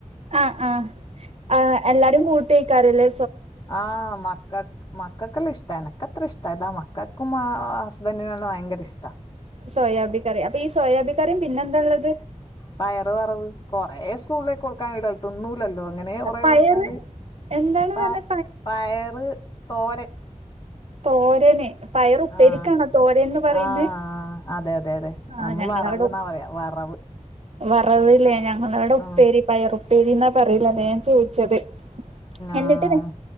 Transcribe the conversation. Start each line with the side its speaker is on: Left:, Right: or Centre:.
Right: ആ ആ ആ എല്ലാരും കൂട്ടെയിക്കാരല്ലേ
Left: ആ മക്കക്ക് മക്കക്കെല്ലാഇഷ്ടാണ് യനിക്കത്ര ഇഷ്ടായില മക്കക്ക് ക്കും ഹസ്ബൻ്റിനും ആ ഭയങ്കര ഇഷ്ടാ
Right: സോയാബി കറി അപ്പൊ ഈ സോയാബി കറിയും പിന്നെന്താള്ളത്
Left: പയറ് വറവ്, കൊറെ സ്കൂളിലേക്ക് കൊടുക്കാൻ കഴി തിന്നൂലല്ലോ ഇങ്ങനെ കൊറെ
Right: പയറ്
Left: കൊർത്താല്
Right: എന്താണ്
Left: പ
Right: പറഞ്ഞെ
Left: പയറ് തോരൻ
Right: തോരന് പയറുപ്പേരിക്കാണോ
Left: ആഹ്
Right: തോരൻന്ന് പറയുന്ന്
Left: ആഹ് അതെ അതെ അതെ
Right: ആഹ്
Left: നമ്മ
Right: ഞങ്ങളവടെ
Left: വറവ്ന്നാ
Right: ഉപ്
Left: പറയാ വറവ്
Right: വറവില്ലേ ഞങ്ങളവിടെ ഉപ്പേരി
Left: ഉം
Right: പയർപ്പേരി എന്നാ പറയിലതാ ഞാൻ ചോദിച്ചത് എന്നിട്ട്
Left: ആഹ്